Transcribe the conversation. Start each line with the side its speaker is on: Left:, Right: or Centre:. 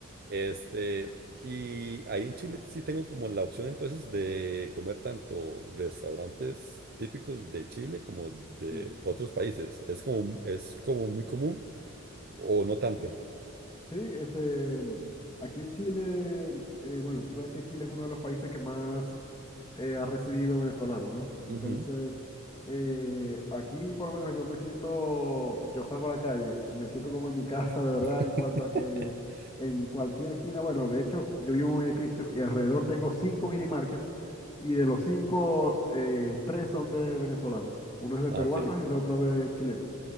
Right: este, y ahí en Chile sí tengo como la opción entonces de comer tanto restaurantes típicos de Chile como de
Left: sí.
Right: otros países. Es como, es como muy común o no tanto.
Left: Sí, sí, este, aquí en Chile, eh, bueno, tú sabes que Chile es uno de los países que más eh, ha recibido venezolanos, ¿no? Entonces,
Right: Ujú.
Left: eh, aquí por lo menos yo me siento, yo salgo a la calle, me siento como en mi <laughs> casa, de verdad,
Right: <laughs>
Left: en cuanto a que en cualquier esquina, bueno, de hecho, yo vivo en un edificio y alrededor tengo cinco mini markets y de los cinco, eh, tres son de venezolanos. Uno es de
Right: Ah,
Left: peruanos
Right: Ok.
Left: y el otro de chilenos.